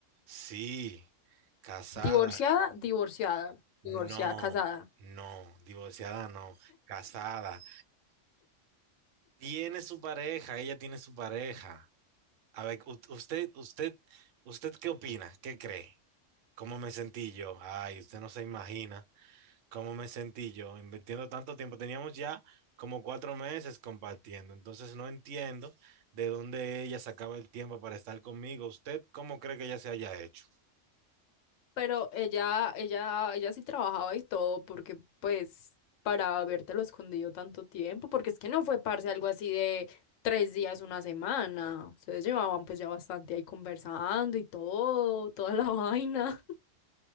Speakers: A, on the right (about 75°); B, on the left (about 80°).
A: Sí, casada.
B: divorciada, divorciada,
A: No,
B: divorciada, casada.
A: no, divorciada no, casada. Tiene su pareja, ella tiene su pareja. A ver, u- usted, usted, usted, ¿qué opina? ¿Qué cree? ¿Cómo me sentí yo? Ay, usted no se imagina cómo me sentí yo invirtiendo tanto tiempo. Teníamos ya como cuatro meses compartiendo, entonces no entiendo de dónde ella sacaba el tiempo para estar conmigo. ¿Usted cómo cree que ella se haya hecho?
B: Pero ella, ella, ella sí trabajaba y todo, porque pues para habértelo escondido tanto tiempo, porque es que no fue parce algo así de tres días, una semana. Ustedes llevaban pues ya bastante ahí conversando y todo, toda la <laughs> vaina.